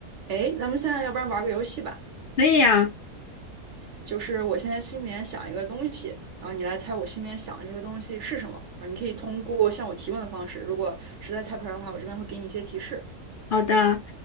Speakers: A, on the right; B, on the left.
A: 哎，咱们现在要不然玩个游戏吧，
B: 可以呀，
A: 就是我现在心里面想一个东西，然后你来猜我心里面想的这个东西是什么。然后你可以通过向我提问的方式，如果实在猜不出来的话，我这边会给你一些提示。
B: 好的，